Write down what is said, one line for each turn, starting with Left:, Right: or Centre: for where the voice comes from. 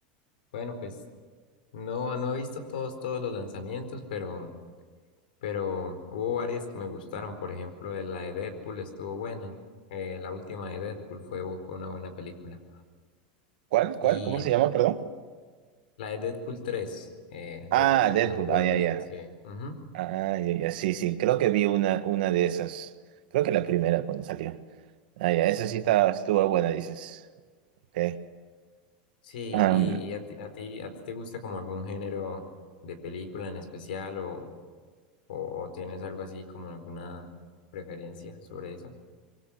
Left: Bueno, pues no, no he visto todos, todos los lanzamientos, pero, pero hubo varias que me gustaron. Por ejemplo, eh, la de Deadpool estuvo buena. Eh, la última de Deadpool fue, bu- fue una buena película.
Right: ¿Cuál? ¿Cuál?
Left: Y
Right: ¿Cómo se llama? Perdón.
Left: la de Deadpool tres eh,
Right: Ah,
Left: Deadpool
Right: Deadpool.
Left: and Wolverine,
Right: Ah, ya, ya.
Left: sí. Ujú.
Right: Ah, ya, ya. Sí, sí. Creo que vi una, una de esas. Creo que la primera cuando salió. Ah, ya. Esa sí estaba, estuvo buena, dices. Ok.
Left: Sí,
Right: Am,
Left: y, y a ti, a ti, a ti te gusta como algún género de película en especial o, o, o tienes algo así como alguna preferencia sobre eso?